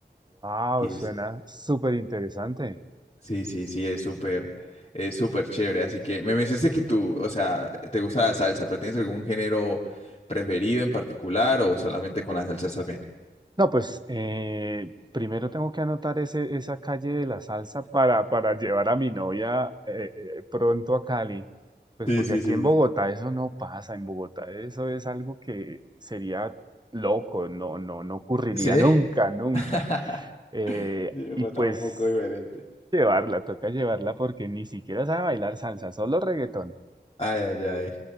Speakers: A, on the right; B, on the left.
A: wow,
B: Y
A: suena
B: es,
A: súper interesante.
B: Sí, sí, sí, es súper, es súper chévere. Así que me mencionaste que tú, o sea, te gusta la salsa, pero ¿tienes algún género preferido en particular o solamente con la salsa estás bien?
A: No, pues eh, primero tengo que anotar ese, esa calle de la salsa para, para llevar a mi novia eh, eh, pronto a Cali. Pues
B: Sí,
A: porque
B: sí,
A: aquí
B: sí.
A: en Bogotá eso no pasa, en Bogotá eso es algo que sería loco, no, no, no ocurriría
B: ¿Sí?
A: nunca, nunca.
B: <laughs>
A: Eh,
B: <laughs> Digo,
A: y
B: estás
A: pues
B: un poco diferente.
A: llevarla, toca llevarla porque ni siquiera sabe bailar salsa, solo reggaetón.
B: Ay, ay, ay.